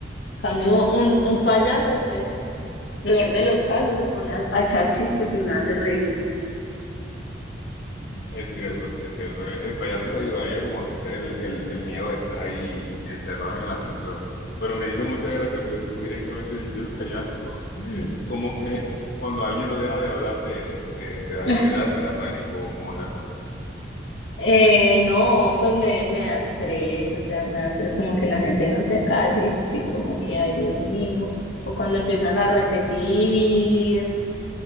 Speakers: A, on the left; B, on the left.
A: Cambio un, un payaso, pues, peor de los casos, se pone a, a echar chistes y me hace reír.
B: Es cierto, es cierto. El, el payaso te ayudaría como a vencer el, el, el miedo de estar ahí encerrado en el ascensor. Pero me hizo mucha gracia porque tú directamente dijiste el payaso. <laughs> Como que cuando alguien no deja de hablar te, te, te da ansiedad,
A: <laughs>
B: te da pánico, ¿o ¿cómo es la cosa?
A: Eh, no, pues me, me da estrés, o sea, me da estrés como que la gente no se calle, sí, como que, ay, Dios mío, o cuando empiezan a repetir,